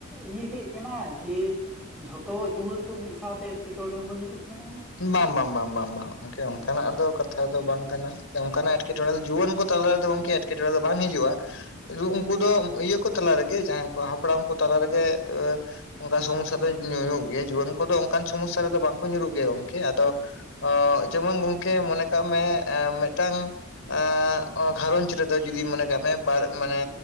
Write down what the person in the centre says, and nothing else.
ᱤᱭᱟᱹ ᱦᱮᱡ ᱠᱟᱱᱟ ᱡᱮ ᱡᱷᱚᱛᱚ ᱡᱩᱣᱟᱹᱱ ᱠᱚ ᱢᱤᱫ ᱥᱟᱶᱛᱮ ᱮᱸᱴᱠᱮᱴᱚᱬᱮ ᱨᱮᱵᱚᱱ ᱧᱩᱨᱩᱜ ᱠᱟᱱᱟ᱾